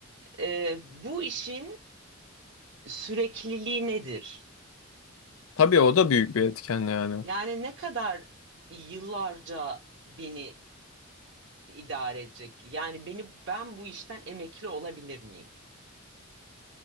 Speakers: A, on the right; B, on the left.
A: E, bu işin sürekliliği nedir?
B: Tabii o da büyük bir etken yani.
A: Yani ne kadar yıllarca beni idare edecek? Yani beni ben bu işten emekli olabilir miyim?